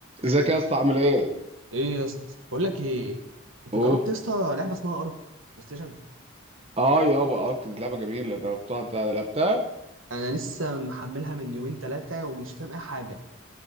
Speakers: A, on the right (about 30°); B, on the right (about 80°).
A: ازيك يا اسطى عامل ايه؟
B: ايه يا اسطى بقول لك ايه انت
A: اوه
B: جربت يا اسطى لعبه اسمها ارك بلاي ستيشن
A: اه يابا ارك دي لعبه جميله جربتها انت لعبتها؟
B: انا لسه محملها من يومين ثلاثه ومش فاهم اي حاجه